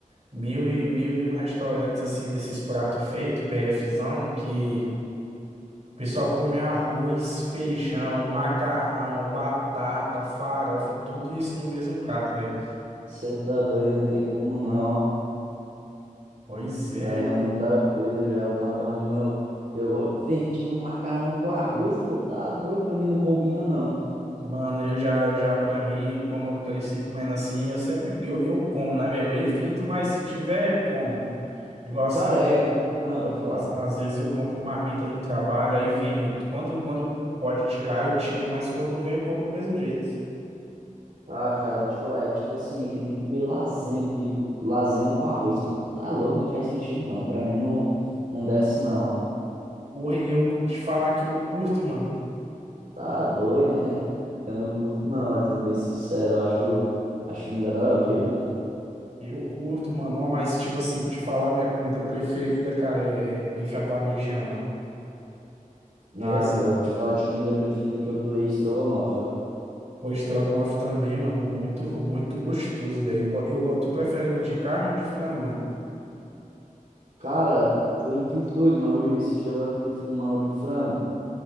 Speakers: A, on the right; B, on the right.
A: Mil e, mil e um restaurantes assim desses pratos feitos, PFzão, que o pessoal come arroz, feijão, macarrão, batata, farofa, tudo isso no mesmo prato, velho.
B: Você tá doido, não tem como não, ó.
A: Pois é,
B: Lá é muita coisa já. O macarrão mesmo, eu, eu, go- tem gente com macarrão com arroz, pô, tá doido? Pra mim não combina, não.
A: mano, eu já, eu já pra mim, como eu cresci comendo assim, eu sempre, eu, eu como, né, velho? Eu evito, mas se tiver, eu como. Igual assim,
B: Cara,
A: por
B: é.
A: exemplo,
B: Ah, pode falar.
A: às, às vezes eu compro marmita no trabalho, aí vem, eu- quando, quando pode tirar, eu tiro, mas quando não vem, eu como do mesmo jeito.
B: Ah, cara, eu vou te falar, é tipo assim, é que nem comer lasanha comigo, com- lasanha com arroz, pô. Tá louco, não faz sentido, não. Pra mim não, não desce, não, ó.
A: Porra, e eu te falar que eu curto, mano.
B: Tá doido, <laughs> Eu não curto, não, sendo bem sincero, eu acho, acho meio nada a ver, pô.
A: Eu curto, mano. Ó, mas, tipo assim, pra te falar, minha comida preferida, cara, é, é bife à parmegiana. ó. É,
B: Ah, cara, eu te falar de comida preferida que eu tô aí, estrogonofe, ó.
A: o estrogonofe também, mano. Muito, muito gostoso, velho. Eu, go- eu, go- tu prefere o de carne ou de frango, mano?
B: Cara, tô entre os dois, mas hoje, esses dias agora eu tô preferindo marro de frango.